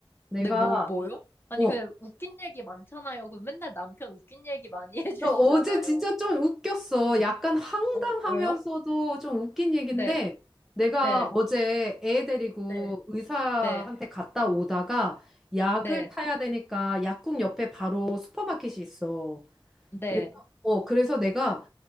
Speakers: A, in the centre; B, on the left (about 25°).
A: 내가,
B: 네, 뭐, 뭐요? 아니,
A: 어,
B: 그냥 웃긴 얘기 많잖아요. 그 맨날 남편 웃긴 얘기 많이 <laughs> 해주시잖아요.
A: 나 어제 진짜 좀 웃겼어. 약간 황당하면서도
B: 어, 왜요?
A: 좀 웃긴 얘긴데,
B: 네,
A: 내가
B: 네,
A: 어제 애 데리고
B: 네,
A: 의사한테
B: 네,
A: 갔다 오다가 약을
B: 네,
A: 타야 되니까 약국 옆에 바로 슈퍼마켓이 있어.
B: 네,
A: 그래, 어, 그래서 내가